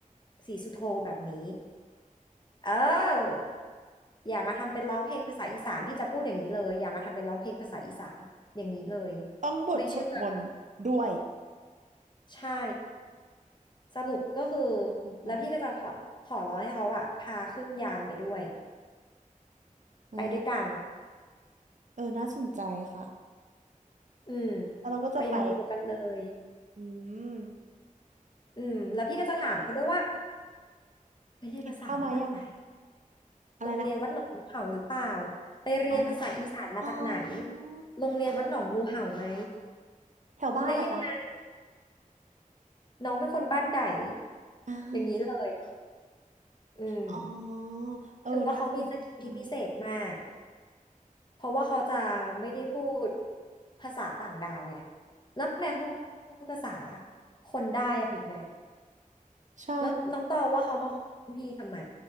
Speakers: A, on the left; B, on the right.
A: ศรีสุโธแบบนี้เอออย่ามาทำเป็นร้องเพลงภาษาอีสานพี่จะพูดอย่างนี้เลยอย่ามาทำเป็นร้องเพลงภาษาอีสานอย่างนี้เลย
B: ต้องบทสวดมนต์ด้วย
A: ไม่เชื่อค่ะใช่ สรุปก็คือ
B: ใช่
A: แล้วพี่ก็จะขอขอร้องให้เขาอะพาขึ้นยานไปด้วย
B: เออ
A: ไปด้วยกัน
B: เออน่าสนใจค่ะ
A: อืม
B: แล้วเราก็จะไป
A: ไปมูกันเลย
B: อืม
A: อืมแล้วพี่ก็จะถามเขาด้วยว่าไปเรียนภาษามาจากไหน
B: กินข้าวมายังอะไรนะ
A: โรงเรียนวัดหนองงูเห่าหรือเปล่าไปเรียนภาษาอีสานมาจากไหน
B: อ๋ออ๋อ
A: โรงเรียนวัดหนองงูเห่าไหม
B: แถวบ้านเหรอจ๊ะ
A: รู้ได้ยังไงน้องเป็นคนบ้านใด
B: อ่า
A: อย่างนี้เลยอืม
B: อ๋อเออน่าสนใจ
A: คือว่าเขามีสกิลที่พิเศษมาก เพราะว่าเขาจะไม่ได้พูดภาษาต่างดาวไงแล้วแม่เขาพูดภาษาคนได้อะถูกไหม
B: ใช่
A: แล้วน้องตองว่าเขามาขอพี่ทำไม